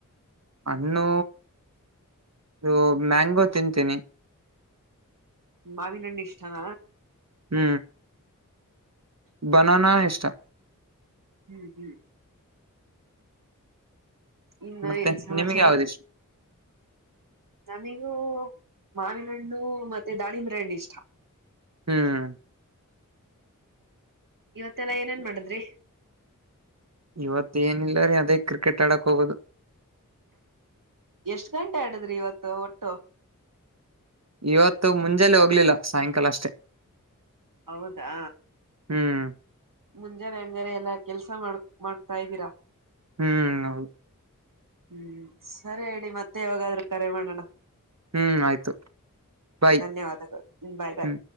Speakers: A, on the right (about 55°); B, on the right (about 80°).
A: ಹಣ್ಣು ಇದು ಮ್ಯಾಂಗೋ ತಿಂತೀನಿ
B: ಮಾವಿನ ಹಣ್ಣು ಇಷ್ಟಾನ.
A: ಹ್ಮ್ ಬನಾನ ಇಷ್ಟ
B: ಹ್ಮ್ ಹ್ಮ್ ಇನ್ನು
A: ಮತ್ತೆ
B: ಏನ್ ಸಮಾಚಾರ
A: ನಿಮ್ಗೆ ಯಾವ್ದು ಇಷ್ಟ
B: ನನಿಗೂ. ಮಾವಿನಹಣ್ಣು ಮತ್ತೆ ದಾಳಿಂಬ ಬ್ರ್ಯಾಂಡಿ ಇಷ್ಟ
A: ಹ್ಮ್.
B: ಇವತ್ತೆಲ್ಲಾ ಏನೇನ್ ಮಾಡಿದ್ರಿ
A: ಇವತ್ ಏನಿಲ್ಲರಿ ಅದೇ ಕ್ರಿಕೆಟ್ ಆಡಕ್ ಹೋಗದು
B: ಎಷ್ಟ್ ಗಂಟೆ ಆಡದ್ರಿ ಇವತ್ತು ಒಟ್ಟು
A: ಇವತ್ತು ಮುಂಜಾಲೆ ಹೋಗ್ಲಿಲ್ಲ ಸಾಯಂಕಾಲ ಅಷ್ಟೇ.
B: ಹೌದಾ
A: ಹ್ಮ್
B: ಮುಂಜಾನೆ ಹಂಗಾರೆ ಎಲ್ಲಾ ಕೆಲ್ಸ. <unintelligible> ಮಾಡ್ ಮಾಡ್ತಾ ಇದ್ದೀರಾ
A: ಹ್ಮ್ ಹೌದು
B: ಹ್ಮ್ ಸರಿ ಇಡಿ ಮತ್ತೆ ಯಾವಾಗಾದ್ರೂ ಕರೆ ಮಾಡೋಣ.
A: ಹ್ಮ್ ಆಯ್ತು ಬಾಯ್
B: ಧನ್ಯವಾದಗಳು ಬಾಯ್ ಬಾಯ್
A: ಹ್ಮ್